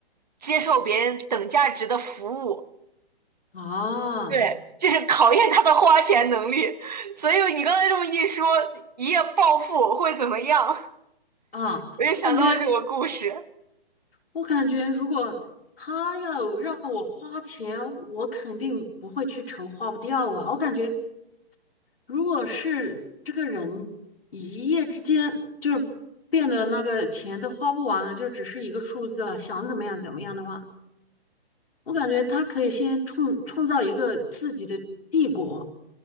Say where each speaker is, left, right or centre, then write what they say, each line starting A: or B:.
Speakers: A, on the right; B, on the left.
A: 接受别人等价值的服务。
B: 啊
A: 对，就是考验他的花钱能力。所以你刚才这么一说，一夜暴富会怎么样？
B: 啊！
A: 我就想到了这个故事。
B: 我感觉我感觉，如果他要让我花钱，我肯定不会去愁花不掉啊。我感觉如果是这个人一夜之间就是变得那个钱都花不完了，就只是一个数字了，想怎么样怎么样的话，我感觉他可以先创创造一个自己的帝国，